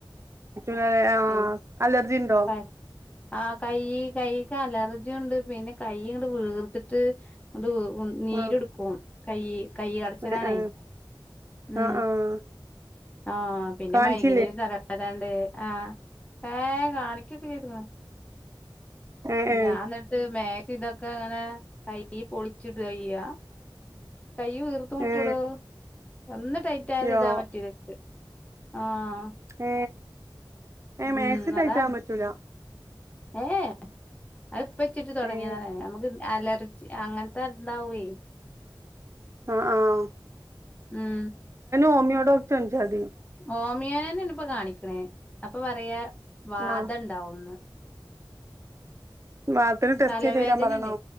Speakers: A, on the right; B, on the left.
A: പറ്റൂലല്ലേ ആഹ്
B: എൻ
A: അലർജിണ്ടോ
B: <unintelligible> പ <unintelligible> ആ കയ്യ് കയ്യ് ഇൻക്ക് അലർജുണ്ട് പിന്നെ കൈയിങ്ങട്ട് വീർത്ത്ട്ട് ഇങ്ങട് നീര്ടുക്കും.
A: ആഹ്
B: കൈ കൈ കടച്ചിൽ
A: ഏഹ്
B: ആണേ
A: ഏഹ്
B: മ്
A: ആഹ് ആഹ്
B: ആ പിന്നെ
A: കാണിച്ചില്ലേ
B: മൈഗ്രീൻ തലവേ <unintelligible> നണ്ട് ആഹ് ആ കാണിക്കൊക്കെ ചെയ്തനു.
A: ഏ ഏ
B: ഞാന്നിട്ട് മേ ഇതൊക്കെ അങ്ങനെ കൈ പൊളിച്ചിടയൈയ്യ കൈ ഉയർത്തുമുട്ടെടോ
A: ഏ
B: ഒന്ന് ടൈറ്റ് ആയത്
A: യോ
B: ഇടാൻ പറ്റൂല്ലെനക്ക് ആഹ്
A: ഏ ഏ മാക്സി
B: ഉം
A: ടൈറ്റാവമ്പറ്റൂല
B: അതാണ് ഏഹ് അതിപ്പ ചിട്ട് തൊടങ്ങീതാണ്
A: ഏ
B: നമുക്ക് അലർ- അങ്ങനത്തെ എന്താവുവെ
A: ആഹ് ആഹ്
B: ഉം
A: ഓമിയൊഡോക്ഡറെന്ച്ചാതി
B: ഹോമിയോനെ തന്നാണിപ്പോ കാണിക്കണേ അപ്പൊ പറയാ വാദം
A: ആ
B: ഇണ്ടാവുന്ന്.
A: വാതത്തിന് ടെസ്റ്റ്
B: തലവേദനിണ്ടെ
A: ചെയ്ത് തരാൻ പറയണോ